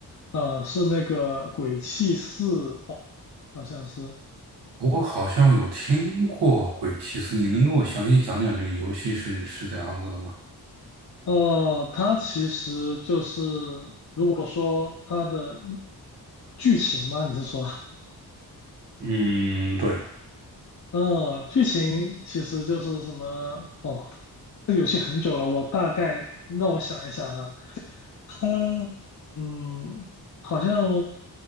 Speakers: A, on the left; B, on the right.
A: 呃，是那个《鬼泣四》，哦，好像是，
B: 我好像有听过《鬼泣四》，你能跟我详细讲讲这个游戏是是怎样子的吗？
A: 呃，它其实就是如果说它的剧情吗？你是说，
B: 嗯，对
A: 嗯、剧情其实就是什么？哦，这个游戏很久了，我大概让我想一想啊。他嗯，好像